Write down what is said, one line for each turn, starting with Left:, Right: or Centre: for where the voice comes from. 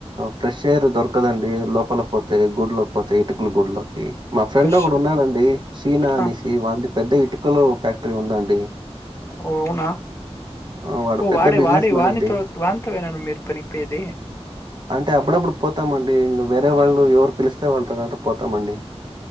Right: ఫ్రెష్ ఎయిర్ దొరకదండి లోపల పోతే గుడ్ లో ఇకపోతే ఇటుకుల గుళ్లోకి మా ఫ్రెండ్
Left: ప్రిష్-
Right: ఒకడు ఉన్నాడండి షీనా అనేసి
Left: ఆ,
Right: వా వానిది పెద్ద ఇటుకలు ఫ్యాక్టరీ ఉందండి
Left: ఓ అవునా
Right: ఆ! వాడు
Left: ఓ
Right: పెద్ద
Left: వాడే
Right: బిజినెస్
Left: వాడే
Right: మ్యాన్
Left: వానితో
Right: అండి.
Left: వానితో నేనా మీరు పనికి పోయేది
Right: అంటే అప్పుడప్పుడు పోతామండి వేరే వాళ్ళు ఎవరు పిలిస్తే వాళ్ళతో పోతామండి